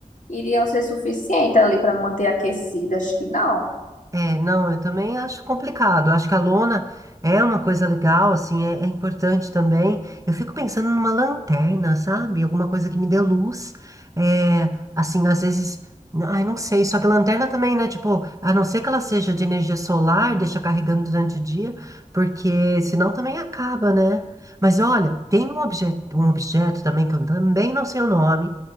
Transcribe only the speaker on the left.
iriam ser suficientes ali para manter aquecida, acho que não.